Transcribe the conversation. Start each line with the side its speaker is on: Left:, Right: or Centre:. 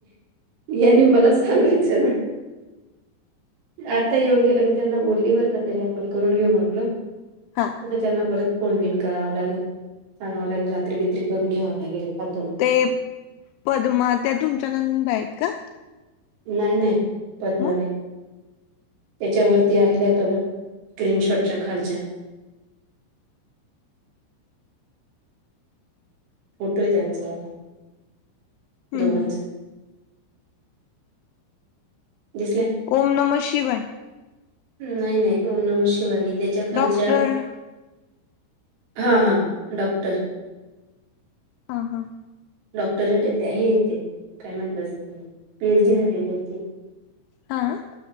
Right: यांनी मला सांगायचं ना आता येऊन गेला. मी त्यांना बोलली बरं का तरी आपण करून घेऊ म्हटलं
Left: हा
Right: तथ त्यांना परत फोन बिन करावा लागेल. सांगव लागेल रात्री बित्री करून घ्याववा लागेल एखाद दोन.
Left: ते पद्मा त्या तुमच्या ननंदबाई आहेत का?
Right: नाही नाही पद्मा
Left: मग
Right: नाही. त्याच्यावरती आलेला आहे बघा स्क्रीनशॉटच्या खालच्या. फोटो आहे त्यांचावाला
Left: हम्म
Right: दोघांचा.
Left: हम्म.
Right: दिसल्या.
Left: ओम नम शिवाय.
Right: नाही -नाही ओम नम शिवाय नाही त्याच्या खालच्या
Left: डॉक्टर हा
Right: हा- हा डॉक्टर.
Left: हा हा
Right: डॉक्टरेट आहे ते हे आहेत ते काय म्हणतात पीएच डी झाली त्यांची.
Left: हां